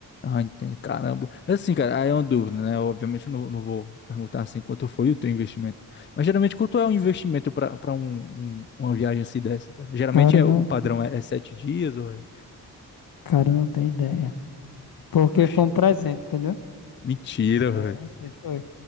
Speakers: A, on the left; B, on the left.
A: Ah, entendi, caramba. Assim, cara, aí é uma dúvida, né? Obviamente eu não, não vou perguntar assim quanto foi o teu investimento. Mas geralmente quanto é o investimento pra para um, um- uma viagem assim dessa, cara? Geralmente
B: Cara,
A: é,
B: não,
A: o padrão é, é sete dias ou é...
B: cara, não tem ideia. Porque
A: Oxe,
B: foi um presente, entendeu?
A: mentira,
B: É, eu não sei, foi.